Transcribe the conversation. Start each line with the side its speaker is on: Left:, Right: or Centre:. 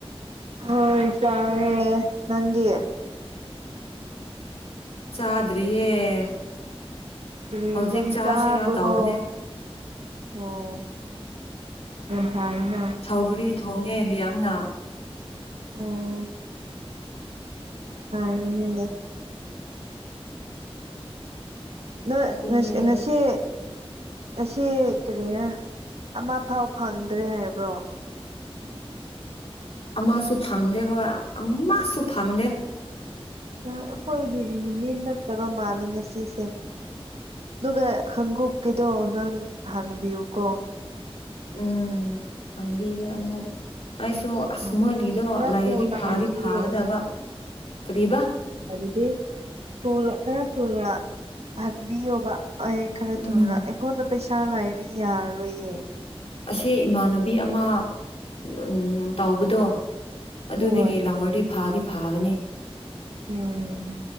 Right: ꯍꯣꯏ ꯆꯥꯔꯦ ꯅꯪꯗꯤ
Left: ꯆꯥꯗ꯭ꯔꯤꯌꯦ
Right: ꯀ꯭ꯔꯤ
Left: ꯍꯧꯖꯤꯛ
Right: ꯏꯟꯖꯥꯡ
Left: ꯆꯥꯁꯤꯔꯥ
Right: ꯆꯥꯕ꯭ꯔꯣ
Left: ꯇꯧꯕꯅꯦ
Right: ꯑꯣ ꯌꯥꯝ ꯐꯩꯅꯥ
Left: ꯁꯧꯒ꯭ꯔꯤ ꯊꯣꯡꯉꯦ ꯂꯤꯌꯥꯡꯅ
Right: ꯎꯝ ꯍꯥꯏꯔꯤꯅꯦ ꯅꯣꯏ
Left: ꯑꯗꯨꯅꯦ
Right: ꯉꯁꯤ ꯉꯁꯤ ꯉꯁꯤ ꯀ꯭ꯔꯤꯔꯥ ꯑꯃ ꯐꯥꯎ ꯐꯪꯗ꯭ꯔꯦ ꯍꯥꯏꯕ꯭ꯔꯣ
Left: ꯑꯃꯁꯨ ꯐꯪꯗꯦ ꯍꯣꯏ ꯑꯃꯥꯁꯨ ꯐꯪꯗꯦ
Right: ꯑ ꯑꯩꯈꯣꯏꯒꯤ ꯅꯨꯃꯤꯠ ꯅꯠꯇꯕ ꯃꯥꯜꯂꯦ ꯉꯁꯤꯁꯦ ꯑꯗꯨꯒ ꯈꯪꯒꯨꯞꯀꯤꯗꯣ ꯅꯪ ꯍꯪꯕꯤꯌꯨꯀꯣ
Left: ꯎꯝ ꯍꯪꯕꯤꯒꯦ ꯑꯃꯨꯛ ꯑꯩꯁꯨ ꯑꯁ
Right: ꯎꯝ
Left: ꯃꯣꯏꯒꯤꯗꯣ
Right: ꯈꯔ
Left: ꯂꯩꯥꯔꯗꯤ
Right: ꯊꯨꯅ
Left: ꯐꯥꯗꯤ
Right: ꯍꯥꯡꯕꯤꯌꯣ
Left: ꯐꯥꯒꯗꯕ ꯀꯔꯤꯕ
Right: ꯑꯗꯨꯗꯤ ꯇꯨꯜꯗ ꯈꯔ ꯊꯨꯅ ꯍꯪꯕꯤꯌꯣꯕ ꯑꯦ ꯈꯔ
Left: ꯎꯝ
Right: ꯊꯨꯅ ꯑꯩꯉꯣꯟꯗ ꯄꯩꯁꯥ ꯂꯩꯔꯗꯤ ꯌꯥꯔꯔꯣꯏꯌꯦ
Left: ꯑꯁꯤ ꯏꯃꯥꯟꯅꯕꯤ ꯑꯃ ꯎꯝ ꯇꯧꯕꯗꯣ ꯑꯗꯨꯗꯒꯤ
Right: ꯍꯣꯏ
Left: ꯂꯥꯎꯔꯗꯤ ꯐꯥꯗꯤ ꯐꯥꯒꯅꯤ
Right: ꯎꯝ